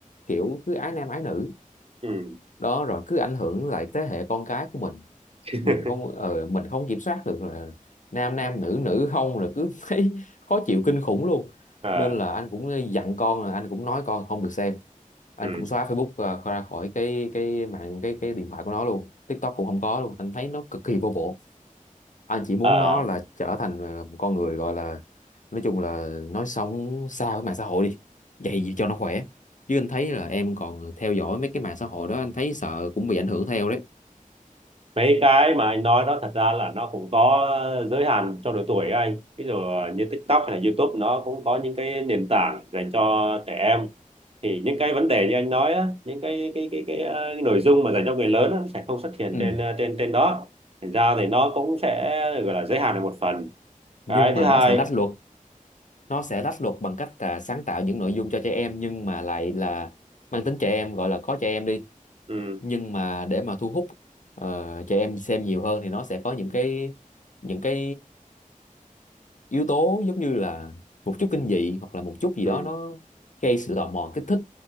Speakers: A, on the left (about 60°); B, on the right (about 45°).
A: kiểu cứ ái nam ái nữ
B: Ừ.
A: đó rồi cứ ảnh hưởng lại thế hệ con cái của mình
B: <laughs>
A: mình không ờ, mình không kiểm soát được là nam nam nữ nữ không rồi cứ <laughs> thấy khó chịu kinh khủng luôn
B: Ờ.
A: nên là anh cũng dặn con là anh cũng nói con không được xem anh
B: Ừ.
A: cũng xóa Facebook ờ, ra khỏi cái cái mạng cái cái điện thoại của nó luôn TikTok cũng không có luôn anh thấy nó cực kỳ vô bổ anh chỉ muốn
B: Ờ.
A: nó là trở thành ờ, một con người gọi là nói chung là nói sống xa với mạng xã hội đi vậy gì cho nó khỏe chứ anh thấy là em còn theo dõi mấy cái mạng xã hội đó anh thấy sợ cũng bị ảnh hưởng theo đấy
B: mấy cái mà anh nói đó thật ra là nó cũng có giới hạn cho độ tuổi ấy anh ví dụ như TikTok hay là YouTube nó cũng có những cái nền tảng dành cho trẻ em thì những cái vấn đề như anh nói á, những cái cái cái cái, ờ, cái nội dung mà dành cho người lớn á, nó sẽ không xuất hiện
A: ừ.
B: trên ờ, trên trên đó thành ra thì nó cũng sẽ gọi là giới hạn được một phần
A: nhưng
B: cái
A: mà
B: thứ hai
A: nó sẽ lách luật nó sẽ lách luật bằng cách là sáng tạo những nội dung cho trẻ em nhưng mà lại là mang tính trẻ em gọi là có trẻ em đi
B: ừ
A: nhưng mà để mà thu hút ờ, trẻ em xem nhiều hơn thì nó sẽ có những cái những cái yếu tố giống như là một chút kinh dị hoặc là một chút gì
B: ừ
A: đó nó gây sự tò mò kích thích